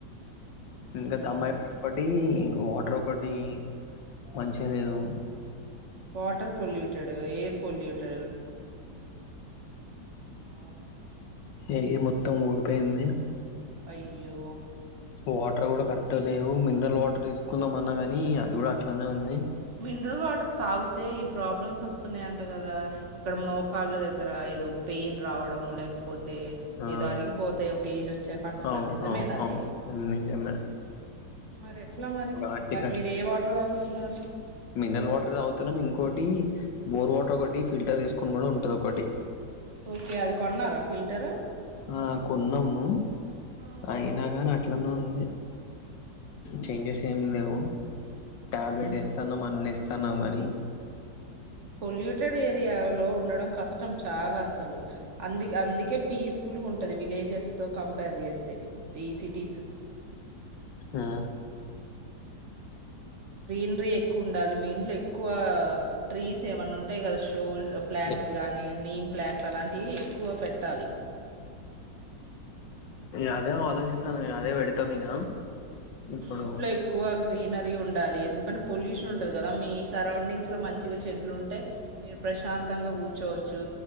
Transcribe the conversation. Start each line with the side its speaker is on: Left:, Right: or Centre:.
Left: ఇంకా
Right: ఉమ్.
Left: దమ్మాయి ఒకటి ఈ వాటర్ ఒకటి మంచి లేదు
Right: వాటర్ పొల్యూటెడ్ ఎయిర్ పొల్యూటెడ్ అవును
Left: ఏ్య మొత్తం ఊడిపోయింది
Right: అయ్యో
Left: వాటర్ కూడా కరెక్ట్లేవు మినరల్ వాటర్ తీసుకుందాం అన్నా గాని అది కూడా అట్లానే ఉంది
Right: మినరల్ వాటర్ తాగితే ఈ ప్రాబ్లమ్స్ వస్తున్నాయ అంట కదా ఇక్కడ మోకాళ్ళ దగ్గర ఏదో పెయిన్ రావడం లేక పోతే
Left: ఆ
Right: ఏదో అరిగిపోతేా ఒక ఏజ్ వచ్చాక అంటున్నారు
Left: అవును
Right: నిజమేనాది
Left: అవు అవును నిజమే
Right: మరి ఎట్లా మరి
Left: ఒక ఆంటీ
Right: మరి
Left: కి అట్లా
Right: మీరు ఏ వాటర్ తాగుతున్నారు
Left: మినరల్ వాటర్ అవుతున్నాం ఇంకోొటి బోర్ వాటర్ ఒకటి ఫిల్టర్ చేసుకుని కూడా ఉంటది ఒకటి
Right: ఓకే అది కొన్నారా ఫిల్టర్
Left: ఆ కొన్నాము
Right: ఆ
Left: అయినా కాని అట్లనే ఉంది చేంజెస్
Right: అయ్యో
Left: ఏమి లేవు టాబ్లెట్
Right: ఉమ్
Left: ఇస్తున్నాం అన్ని ఇస్తున్నాం కానీ
Right: పొల్యూటెడ్ ఏరియాలో ఉండడం కష్టం చాలా అసలు అందు అందుకే పీస్ఫుల్ గా ఉంటది విలేజెస్ తో కంపేర్ చేస్తే ఈ సిటీస్
Left: ఆ
Right: గ్రీనరీ ఎక్కువ ఉండాలి మీ ఇంట్లో ఎక్కువ ట్రీస్ ఏమన్నా ఉంటాయి కదా షో ప్లాంట్స్
Left: ఇస్తాం
Right: గానీ నీమ్ ప్లాంట్స్ అలాంటివి ఎక్కువ పెట్టాలి
Left: ఆ అదే ఆలోచిస్తాను అదే పెడతాం ఇక ఇప్పుడు
Right: ఇంట్లో ఎక్కువ గ్రీనరీ ఉండాలి ఎందుకంటే పొల్యూషన్ కదా మీ సరౌండింగ్స్ లో మంచి చెడ్లు ఉంటే మీరు ప్రశాంతంగా కూర్చోవచ్చు